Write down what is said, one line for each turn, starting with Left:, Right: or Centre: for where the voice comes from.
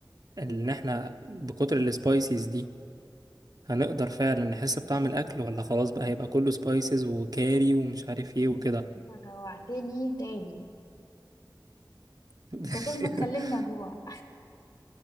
Right: ان احنا بكتر السبايسز دي هنقدر فعلا نحس بطعم الاكل ولا خلاص بقى هيبقى كله سبايسز وكاري ومش عارف ايه وكده
Left: انت جوعتني تاني
Right: <laughs>
Left: انت كل ما تكلمني اجوع